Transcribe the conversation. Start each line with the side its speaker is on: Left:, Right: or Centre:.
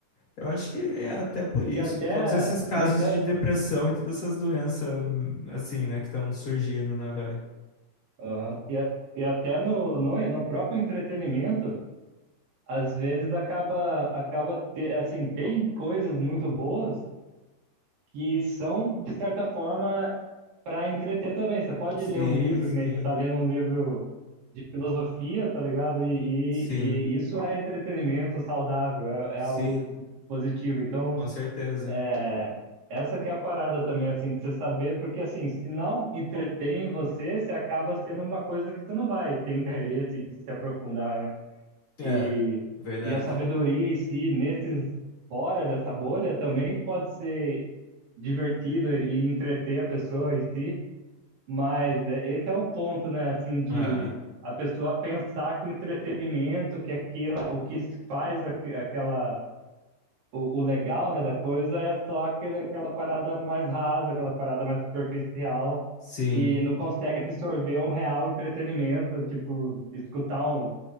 Left: Eu acho que é até por isso,
Right: E até,
Left: todos esses casos
Right: e até
Left: de depressão e todas essas doenças, hum, assim, né, que estão surgindo, né, velho?
Right: Aham. E, a- e até no, no, no próprio entretenimento, às vezes acaba, acaba te- assim, tem coisas muito boas que são, de certa forma, para entreter também. Você pode
Left: Sim,
Right: ler um livro,
Left: sim,
Right: que nem você está lendo um livro de filosofia, tá ligado? E, e,
Left: sim.
Right: e isso é entretenimento saudável, é,
Left: Sim,
Right: é algo positivo. Então,
Left: com certeza.
Right: é, Essa que é a parada também, assim, de você saber, porque assim, se não entretém você, você acaba sendo uma coisa que você não vai ter interesse de se aprofundar, né?
Left: É,
Right: E,
Left: verdade.
Right: e a sabedoria em si, nesses fora dessa bolha, também pode ser divertida e entreter a pessoa em si, mas é- esse é o ponto, né? Assim, de
Left: É,
Right: a pessoa pensar que o entretenimento, que aquilo, o que faz aque- aquela o, o legal, né, da coisa é só aquele, aquela parada mais rasa, aquela parada mais superficial,
Left: sim.
Right: e não consegue absorver um real entretenimento, tipo, escutar, um,